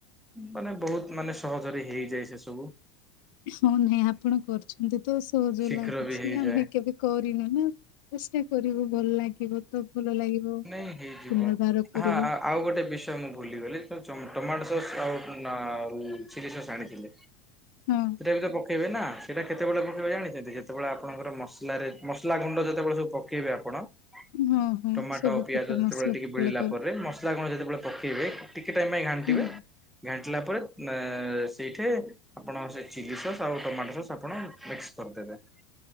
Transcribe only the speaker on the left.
ହଉ- ନାଇଁ ଆପଣ କରୁଚନ୍ତି ତ ସହଜ
ଲାଗୁଚି
ଆମେ କେବେ କରିନୁ ନା ଚେଷ୍ଟା କରିବୁ ଭଲ ଲାଗିବ ତ ଭଲ ଲାଗିବ ଉ-ପୁନର୍ବାର
କରିବୁ।
ହଁ।
ଉଁ -ହଁ।
ସବୁ
ପ୍ରକାର
ମସଲା
ପକେଇଲା
ହୁଁ ହୁଁ,